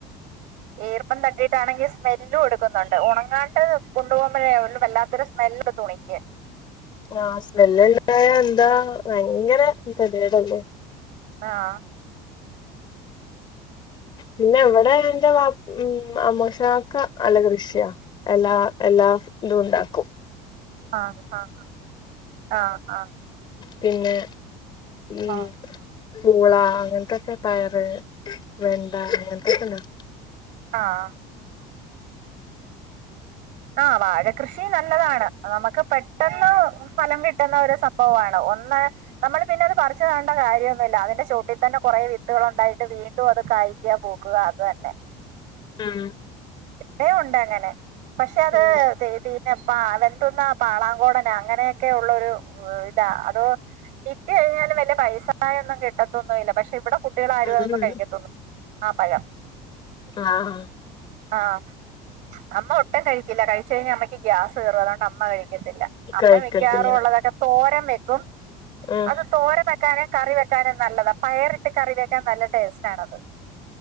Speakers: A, on the right (about 55°); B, on the left (about 30°).
A: ഈർപ്പം തട്ടിയിട്ടാണെങ്കി സ്മെല്ലും എടുക്കുന്നുണ്ട്, ഉണങ്ങാണ്ട് കൊണ്ടുപോകുമ്പോഴേ വല്ലാ ത്തര് സ്മെല്ല്തുണിക്ക്.
B: ആഹ്, സ്മെല്ല് ഇണ്ടായ എന്താ ഭയങ്കര കെതീടല്ലേ.
A: ആഹ്
B: പിന്നെ, ഇവിടെ എൻ്റെ വാപ് മ് അമോശംകാക്ക നല്ല കൃഷിയാ. എല്ലാ എല്ലാതും ഇണ്ടാക്കും.
A: ആഹ് ആഹ് ആഹ് ആഹ്.
B: പിന്നെ ഉം.
A: ആഹ്
B: പൂളാ അങ്ങൻത്തൊക്കെ പയറ്, വെണ്ട അങ്ങൻത്തൊക്കെണ്ടാകും.
A: ആഹ് ആഹ്, വാഴ കൃഷി നല്ലതാണ്. നമക്ക് പെട്ടെന്ന് ഫലം കിട്ട്ന്ന ഒരു സംഭവവാണ് ഒന്ന് നമ്മള് പിന്നെ അത് പറിച്ച് നടണ്ട കാര്യൊന്നുല്ല. അതിന്റെ ചോട്ടിൽ തന്നെ കൊറേ വിത്തുകളുണ്ടായിട്ട് വീണ്ടും അത് കാഴ് ക്ക് പൂക്കുക അതെന്നെ.
B: ഉം.
A: ഇപ്പഴു ഉണ്ടങ്ങനെ, പക്ഷെ അത്
B: ഉം
A: വേ പിന്നെ പ വെന്തുന്നാ പാളാങ്കോടന് അങ്ങനെയൊക്കെ ഉള്ള ഒരു ഇതാ അതോ വിറ്റ് കഴിഞ്ഞാലും വല്ല്യ പൈസായൊന്നും കിട്ടത്തൊന്നുല്ല. പക്ഷെ ഇവടെ കുട്ടിയളാരും അതൊന്നും
B: ഉം
A: കഴിക്കത്തൊന്നു ആ പഴം.
B: ആഹ്
A: ആഹ് അമ്മ ഒട്ടും കഴിക്കില്ല, കഴിച്ച്കഴിഞ്ഞ അമ്മയ്ക്ക് ഗ്യാസ് കേറും അതോണ്ട് അമ്മ കഴിക്കത്തില്ല. അമ്മ
B: കഴിക്കത്തില്ല
A: മിക്കവാറും ഉള്ളതൊക്കെ തോരം വെക്കും.
B: ഉം
A: അത് തോരൻ വെക്കാനെ കറി വെക്കാനും നല്ലതാ, പയറിട്ട് കറി വെക്കാൻ നല്ല ടേസ്റ്റാണത്.